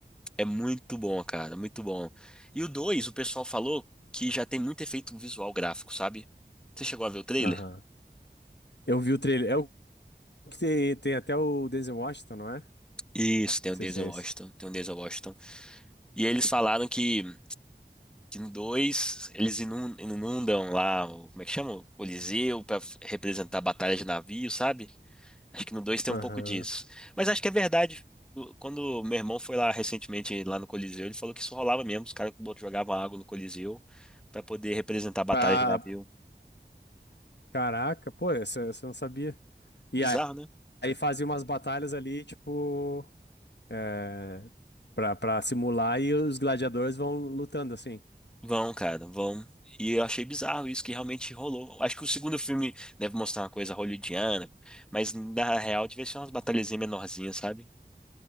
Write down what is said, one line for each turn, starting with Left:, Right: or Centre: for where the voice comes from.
Centre: É muito bom, cara, muito bom. E o 2, o pessoal falou que já tem muito efeito visual gráfico, sabe? Você chegou a ver o trailer?
Left: Aham. Eu vi o trailer. É o que tem, tem até o Denzel Washington, não é?
Centre: Isso, tem
Left: Não
Centre: o Denzel
Left: sei se é esse.
Centre: Washington, tem o Denzel Washington. E eles falaram que, que no 2 eles inun- inundam lá, o, como é que chama? O Coliseu pra f- representar a batalha de navio, sabe? Acho que no 2 tem
Left: Aham.
Centre: um pouco disso. Mas acho que é verdade. O- Quando meu irmão foi lá recentemente, lá no Coliseu, ele falou que isso rolava mesmo, os caras bot- jogavam água no Coliseu pra poder representar a batalha
Left: Pra...
Centre: de navio.
Left: Caraca, pô, essa, essa eu não sabia. E
Centre: Bizarro,
Left: aí,
Centre: né?
Left: aí fazia umas batalhas ali, tipo, é, pra, pra simular e os gladiadores vão lutando, assim.
Centre: Vão, cara, vão. E eu achei bizarro isso que realmente rolou. Acho que o segundo filme deve mostrar uma coisa hollywoodiana, mas na real devia ser umas batalhazinhas menorzinhas, sabe?